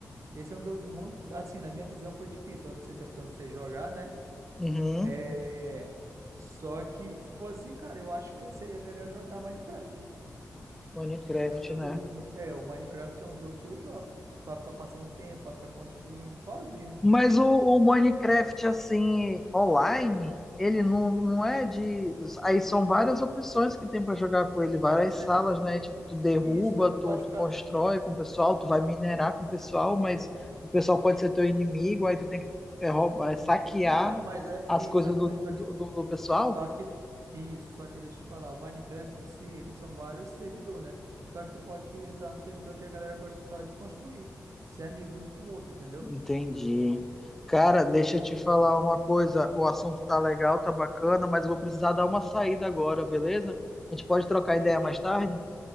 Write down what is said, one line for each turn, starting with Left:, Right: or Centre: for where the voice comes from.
Right: esse é um jogo muito, assim, na minha visão foi difícil. Eu não sei se é porque eu não sei jogar, né?
Centre: Uhum,
Right: É, só que se for assim, cara, eu acho que seria melhor jogar Minecraft.
Centre: Minecraft,
Right: É um jogo,
Centre: né?
Right: mu- é, o Minecraft é um jogo que eu jogo. Pra ficar passando tempo, pra ficar construindo sozinho.
Centre: Mas o, o Minecraft, assim, online, ele não, não é de. Aí são várias opções que tem pra jogar com ele, várias
Right: É,
Centre: salas,
Right: então,
Centre: né? Tipo, tu derruba,
Right: isso, é, tu
Centre: tu,
Right: pode
Centre: tu
Right: ficar.
Centre: constrói com o pessoal, tu vai minerar com o pessoal, mas o pessoal pode ser teu inimigo, aí tu tem que é, roubar, é, saquear
Right: Então, mas é
Centre: as
Right: exatamente,
Centre: coisas do,
Right: só
Centre: do,
Right: que,
Centre: do do pessoal.
Right: só que isso, só que deixa eu te falar, o Minecraft em si, eles são vários servidores, né? Só que tu pode entrar num servidor que a galera gosta só de construir, ser amigo um com o outro, entendeu?
Centre: Entendi. Cara, deixa eu te falar uma coisa. O assunto tá legal, tá bacana, mas eu vou precisar dar uma saída agora, beleza? A gente pode trocar
Right: Beleza.
Centre: ideia mais tarde?